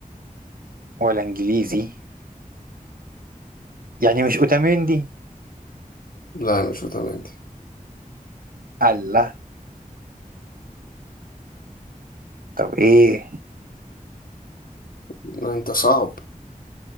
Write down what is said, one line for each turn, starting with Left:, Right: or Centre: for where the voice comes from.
Right: ولا انجليزي يعني مش اوتاميندي
Left: لا مش فيتامين دي
Right: الله طب ايه
Left: لا، انت صعب